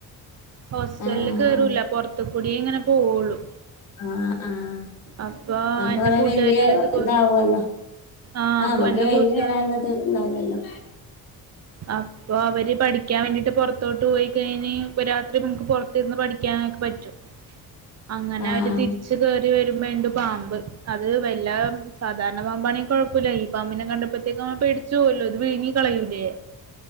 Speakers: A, on the right; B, on the left.
A: ഹോസ്റ്റലില്
B: ആഹ്
A: കേറൂല പൊറത്ത് കൂടി ഇങ്ങനെ പോവുള്ളു
B: ആഹ് ആഹ്
A: അപ്പൊ
B: അത്
A: എന്റെ
B: കൊറെ
A: കൂട്ടുകാരികൾ
B: വല്യ
A: ഇതുപോലെ
B: ഇതാവുമല്ലോ
A: ആഹ്
B: നമ്മുക്ക്
A: എന്റെ
B: കഴിഞ്ഞ്
A: കൂട്ടുകാര്
B: വരാനുള്ളത് ഉണ്ടാവില്ലല്ലോ
A: അപ്പൊ അവര് പഠിക്കാൻ വേണ്ടിട്ട് പുറത്തോട്ട് പോയി കഴിഞ് രാത്രി നമുക്ക് പുറത്തിരുന്ന് പഠിക്കാനൊക്കെ പറ്റും അങ്ങനെ
B: ആഹ്
A: അവര് തിരിച്ച് കറി വരുമ്പോണ്ട് പാമ്പ് അത് വല്ല സാധാരണ പാമ്പാണെങ്കും കുഴപ്പമില്ല ഈ പാമ്പിനെ കണ്ടപ്പോ പേടിച്ച് പോവല്ലോ അത് വിഴങ്ങികളയൂലേ